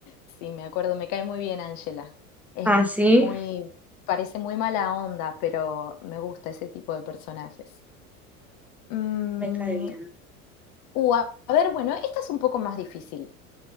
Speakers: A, on the left; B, in the centre.
A: Sí, me acuerdo, me cae muy bien Ángela. Es
B: Ah, sí,
A: muy, parece muy mala onda, pero me gusta ese tipo de personajes. Mm,
B: me cae bien.
A: Uh, a a ver, bueno, esta es un poco más difícil.